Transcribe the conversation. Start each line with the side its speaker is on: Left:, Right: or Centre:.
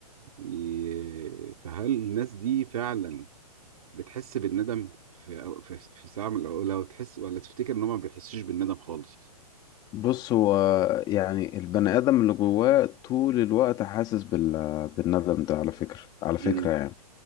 Right: ي- فهل الناس دي فعلا بتحس بالندم في أو في, في ساعة من الأوقات لو تحس ولا تفتكر إن هما ما بيحسوش بالندم خالص
Left: بص هو يعني البني آدم اللي جواه طول الوقت حاسس بال... بالندم ده على فكرة على فكرة
Right: مم.
Left: يعني